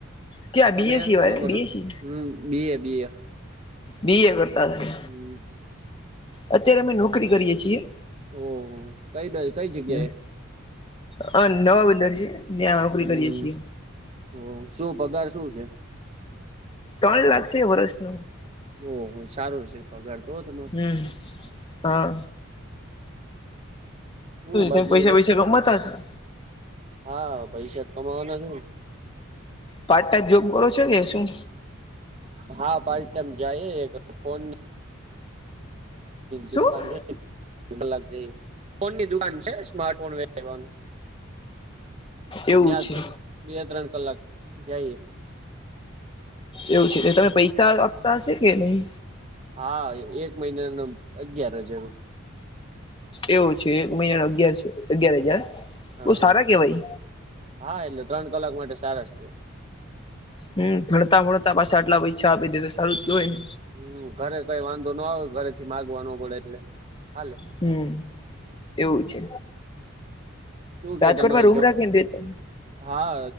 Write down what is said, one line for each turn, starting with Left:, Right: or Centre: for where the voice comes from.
Left: ક્યા બીએસી
Right: તમે
Left: વાળ
Right: શું કરો
Left: બીએસી
Right: હમ બી એ બી એ
Left: બી એ કરતાશે
Right: હમ
Left: અત્યારે અમે નોકરી કરીએ છીએ
Right: ઓહો કઈ કઈ જગ્યાએ
Left: હ હ નવા બધા છે ને નોકરી
Right: હમ
Left: કરીએ છીએ
Right: ઓ શું પગાર શું છે
Left: પણ લાગશે વર્ષનું
Right: ઓહ સારો છે પગાર તો હો તમારો
Left: હમ હા
Right: શું બાકી
Left: તમે પૈસા
Right: એમાં
Left: પૈસા કમાતા હશો
Right: હા પૈસા હ ભાવના જો
Left: પાર્ટ ટાઈમ જોબ કરો છો કે શું
Right: હા પાર્ટ ટાઈમ જઈ એક ફોન દુકાન
Left: શું
Right: છેલ છે કોની દુકાન છે સ્માર્ટ ફોનવાનું
Left: એવું
Right: ્યાં
Left: છે
Right: બે ત્રણ કલાક જઈએ
Left: એવું છે તમે પૈસા આપતા હશે કે નહી
Right: હા એક મહિના ન અગયાર હજાર
Left: એવું છે એક મહિના ન અગયારસો અગિયાર હજાર
Right: હા
Left: બહ સારા કેવાય
Right: હા એટલે ત્રણ કલાક માટે સારા થયો
Left: હમ ભણતા ભણતા પાછા આટલા ઈછા આપી દે તો સારું જ જોય ને
Right: હમ ઘરે કઈ વાંધો ના હો ઘરે થી માગવાનો પડે એટલે હાલે
Left: હમ એવું છે
Right: શું કે
Left: રાજકોટમાં
Right: તમારે
Left: રૂમ રાખીને રેતા
Right: હા